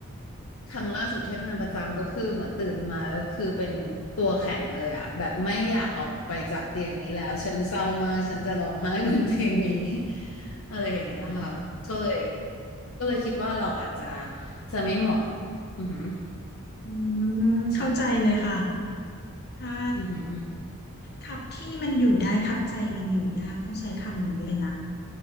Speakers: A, on the left; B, on the left.
A: ครั้งล่าสุดที่ทำงานประจำก็คือเหมือนตื่นมาแล้วคือเป็นตัวแข็งเลยอะแบบไม่อยากออกไปจากเตียงนี้แล้วฉันเศร้ามากฉันจะร้องไห้บนเตียงนี้ <laughs> อะไรอย่างเงี้ยค่ะก็เลยก็เลยคิดว่าเราอาจจะจะไม่เหมาะอือหือ
B: อืมเข้าใจเลยค่ะ
A: ใช่
B: ถ้า
A: อือหือ
B: ครับที่มันอยู่ได้ครับใจมันอยู่ยากต้องใช้คำนี้เลยนะ